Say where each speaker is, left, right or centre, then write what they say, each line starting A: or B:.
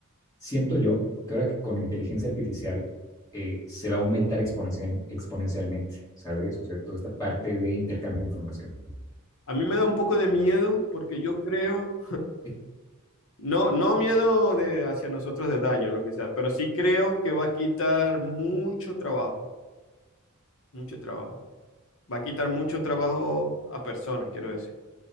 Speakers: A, on the left (about 15°); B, on the left (about 60°).
A: siento yo que ahora que con inteligencia artificial eh, se va a aumentar exponencial- exponencialmente, ¿sabes? O sea, toda esta parte de intercambio de información.
B: A mí me da un poco de miedo porque yo creo...
A: Sí,
B: No, no miedo de hacia nosotros de daño, lo que sea, pero sí creo que va a quitar mucho trabajo, mucho trabajo. Va a quitar mucho trabajo a personas, quiero decir,